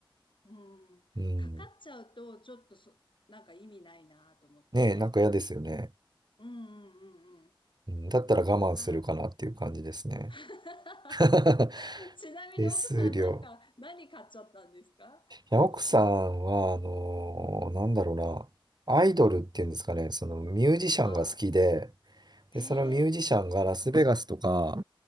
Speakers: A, on the left; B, on the right.
A: うん。
B: うん。
A: かかっちゃうと、ちょっとそ、なんか意味ないなと思って。
B: ねえ、なんか嫌ですよね。
A: うんうんうんうん。
B: うん、
A: なので、
B: だったら我慢するかなっていう感じですね。
A: かからない。<laughs>
B: <laughs>
A: ちなみに奥さん、
B: 手数料。
A: なんか、何買っちゃったんですかリボで。
B: いや、奥さんは、あのーなんだろうな。
A: うん、
B: アイドルっていうんですかね、そのミュージシャンが好きで、
A: はい。へえ。
B: で、そのミュージシャンがラスベガスとか、